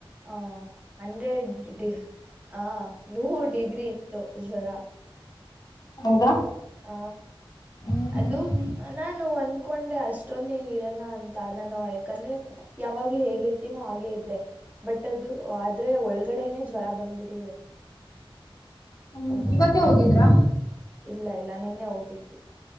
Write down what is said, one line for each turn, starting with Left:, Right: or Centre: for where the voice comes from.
Right: ಆ ಅಂದ್ರೆಡಿ ಆ ನೂರು ಡಿಗ್ರಿ ಇತ್ತು ಜ್ವರ.
Left: ಹೌದಾ
Right: ಹ
Left: ಹ್ಮ್
Right: ಅದು
Left: ಹ್ಮ್
Right: ನಾನು ಒಂದ ಕುಕೊಂಡೆ ಅಷ್ಟೊಂದ ಏನ್ ಇರಲ್ಲ ಅಂತ ನಾನು ಯಾಕಂದ್ರೆ ಯಾವಾಗ್ಲೂ ಹೇಗಿರ್ತೀನೋ ಹಾಗೇ ಇದ್ದೆ ಬಟ್ ಅದು ಆದ್ರೆ ಒಳಗಡೆನೆೇ ಜ್ವರ ಬಂದ್ಬಿಟ್ಟಿದೆ
Left: ಹ್ಮ್
Right: ಹಾ
Left: ಇವತ್ತೇ ಹೋಗಿದ್ರಾ
Right: ಇಲ್ಲ ಇಲ್ಲ ನಿನ್ನೆ ಹೋಗಿದ್ವಿ